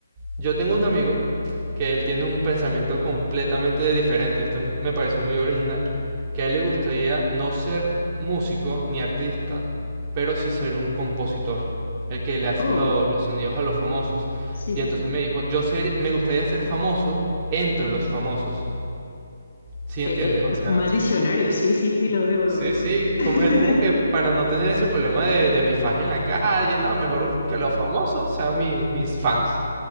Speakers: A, on the right (about 30°); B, on the left (about 50°).
A: Yo tengo un amigo que él tiene un pensamiento completamente diferente, esto me pareció muy original, que a él le gustaría no ser músico ni artista, pero sí ser un compositor, el que le hace
B: Oh,
A: lo- los sonidos a los famosos.
B: sí,
A: Y
B: sí,
A: entonces
B: sí.
A: me dijo, yo ser- me gustaría ser famoso entre los famosos. ¿Sí entiendes?
B: Eh, eh,
A: O
B: eh,
A: sea,
B: más visionario, sí, sí, sí, lo veo,
A: sí,
B: lo veo.
A: sí,
B: <laughs>
A: como él como que para no tener ese problema de, de mi fans en la calle, no, mejor que los famosos sean mi- mis fans.